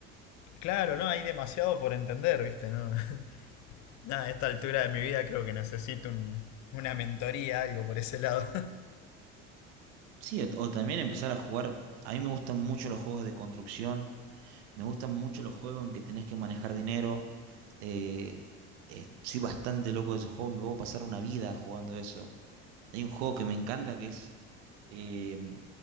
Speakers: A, on the left; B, on the right.
A: claro, no, hay demasiado por entender, ¿viste? No, <laughs> nada, a esta altura de mi vida creo que necesito un- una mentoría, algo por ese lado.
B: Sí, o, o también empezar a jugar. A mí me gustan mucho los juegos de construcción. Me gustan mucho los juegos en que tenés que manejar dinero. eh, eh, soy bastante loco de esos juegos. Me puedo pasar una vida jugando eso. Hay un juego que me encanta que es, eh,